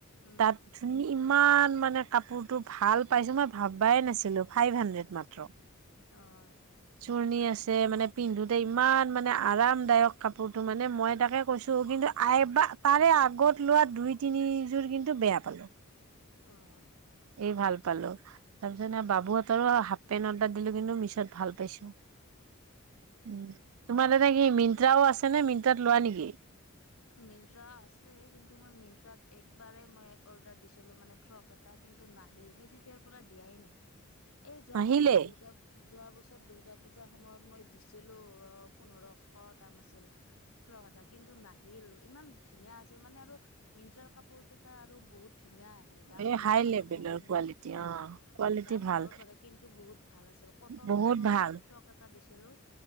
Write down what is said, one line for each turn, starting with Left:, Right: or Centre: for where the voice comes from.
Left: উম
Right: তাত। ধুনি ইমান মানে কাপোৰটো ভাল পাইছো, মই ভাবাই নাছিলো। ফাইভ হাণ্ড্ৰেড মাত্ৰ।
Left: অ'
Right: চুৰণি আছে মানে। পিন্ধোতে ইমান মানে আৰামদায়ক কাপোৰটো মানে, মই তাকে কৈছোঁ কিন্তু আইবাক। তাৰে আগত লোৱা দুই, তিনিযোৰ কিন্তু বেয়া পালোঁ।
Left: অ'
Right: এই ভাল পালো। তাৰ পিছত নে বাবুহঁতৰো হাফ পেন্ট অৰ্ডাৰ দিলো, কিন্তু মিছত ভাল পাইছো।
Left: <unintelligible>
Right: উম, তোমাৰ তাতে কি মিনট্টাও আছে নে, মিনট্টাত লোৱা নেকি?
Left: মিনট্ৰা আছে, কিন্তু মই মিনট্ৰাত একবাৰেই মই অৰ্ডাৰ দিছিলো মানে ফ্ৰক এট। টা কিন্তু নাহিল, সেই তেতিয়াৰ পৰা দিয়াই নাই। এই যোৱা
Right: নাহিলেই
Left: বছৰ দুৰ্গা। যোৱা বছৰ দূৰ্গা পুজাৰ সময়ত মই দিছিলো, অ পোন্ধৰশ দাম আছিল। ফ্ৰক এটা কিন্তু নাই। ইলৌ, ইমান ধুনীয়া আছিল মানে আৰু মিনট্ৰাৰ কাপোৰ কেইটা আৰু বহুত ধুনীয়া আহ। হে দাম
Right: এই
Left: হ'লেও
Right: হাই
Left: মানে
Right: লেভেলৰ
Left: বহুত
Right: কোৱালিটি
Left: দিন অ'
Right: কোৱালিটি
Left: দাম
Right: ভাল
Left: হ'ব পাৰে, কিন্তু বহুত ভাল আছিল। কটন
Right: বহুত
Left: টাইপৰ
Right: ভাল
Left: মানে ফ্ৰক এটা দিছিলোঁ।